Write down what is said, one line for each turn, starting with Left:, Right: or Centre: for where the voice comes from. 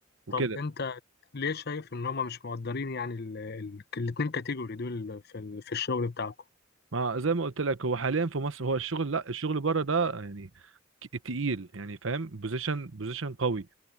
Right: وكده.
Left: طب انت ليه شايف ان هم مش مقدرين يعني ال- ال- الاتنين كاتيجوري دول في ال- في الشغل بتاعكم
Right: ما زي ما قلت لك هو حاليا في مصر هو الشغل لا الشغل بره ده يعني ك- تقيل يعني فاهم بوزيشن بوزيشن قوي